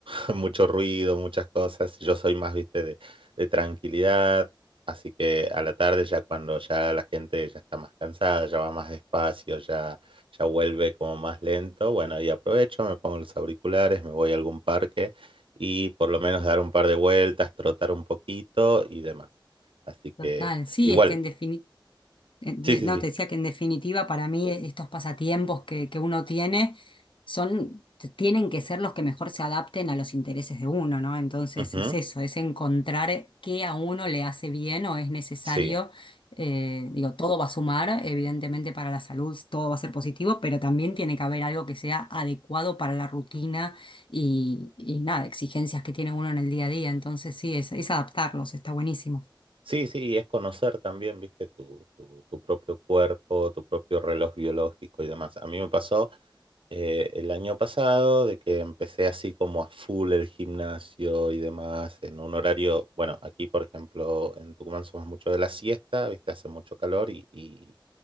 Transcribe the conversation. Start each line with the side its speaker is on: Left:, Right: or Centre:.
Right: no. <laughs> mucho ruido, muchas cosas. Yo soy más, viste, de, de tranquilidad. Así que a la tarde ya cuando ya la gente ya está más cansada, ya va más despacio, ya ya vuelve como más lento. Bueno, y aprovecho, me pongo los auriculares, me voy a algún parque y por lo menos dar un par de vueltas, trotar un poquito y demás. Así que
Left: Total, sí,
Right: igual,
Left: es que en definitiva... en-
Right: sí,
Left: de-
Right: sí,
Left: No,
Right: sí.
Left: te decía que en definitiva para mí estos pasatiempos que, que uno tiene son, t- tienen que ser los que mejor se adapten a los intereses de uno, ¿no? Entonces
Right: Ujú,
Left: es eso, es encontrar qué a uno le hace bien o es necesario.
Right: Sí,
Left: eh, digo, todo va a sumar, evidentemente para la salud, todo va a ser positivo, pero también tiene que haber algo que sea adecuado para la rutina y, y nada, exigencias que tiene uno en el día a día. Entonces sí, es, es adaptarlos, está buenísimo.
Right: sí, sí, y es conocer también, viste, tu, tu, tu propio cuerpo, tu propio reloj biológico y demás. A mí me pasó eh, el año pasado, de que empecé así como a full el gimnasio y demás, en un horario, bueno, aquí por ejemplo en Tucumán somos mucho de la siesta, viste, hace mucho calor y, y